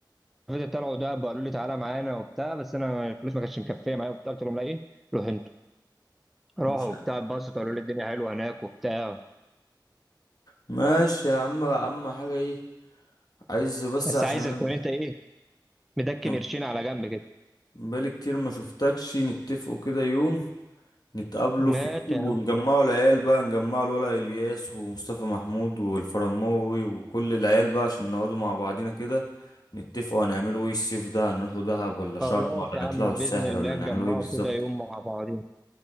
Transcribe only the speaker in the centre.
فاتت طلعوا دهب قالوا لي تعالى معانا وبتاع بس انا الفلوس ما كانتش مكفية معايا وبتاع قلت لهم لا ايه روح انتوا راحوا
وبتاع اتبسطوا قالوا لي الدنيا حلوة هناك وبتاع
بس
عايزك
تكون انت ايه مدكن
قرشين على جنب كده
ماشي
خلاص
يا عم
بإذن الله
نجمعه
كده يوم مع بعضين